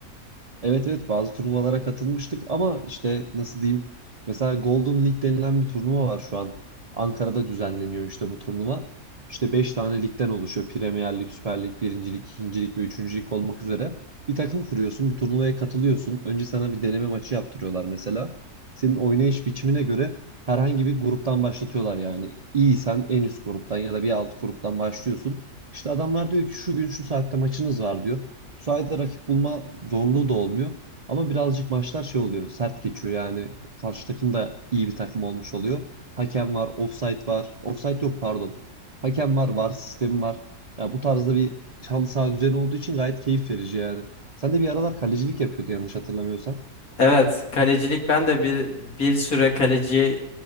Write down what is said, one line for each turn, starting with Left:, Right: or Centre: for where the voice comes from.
Right: Evet evet bazı turnuvalara katılmıştık ama işte nasıl diyeyim mesela Golden League denilen bir turnuva var şu an. Ankara'da düzenleniyor işte bu turnuva. İşte 5 tane ligden oluşuyor. Premier Lig, Süper Lig, 1. Lig, 2. Lig ve 3. Lig olmak üzere. Bir takım kuruyorsun, bu turnuvaya katılıyorsun. Önce sana bir deneme maçı yaptırıyorlar mesela. Senin oynayış biçimine göre herhangi bir gruptan başlatıyorlar yani. İyiysen en üst gruptan ya da bir alt gruptan başlıyorsun. İşte adamlar diyor ki şu gün şu saatte maçınız var diyor. Bu sayede rakip bulma zorluğu da olmuyor. Ama birazcık maçlar şey oluyor. Sert geçiyor yani. Karşı takım da iyi bir takım olmuş oluyor. Hakem var, offside var. Offside yok pardon. Hakem var, var sistemi var. Ya bu tarzda bir halı saha düzeni olduğu için gayet keyif verici yani. Sen de bir aralar kalecilik yapıyordu yanlış hatırlamıyorsam.
Left: Evet, kalecilik ben de bir bir süre kaleci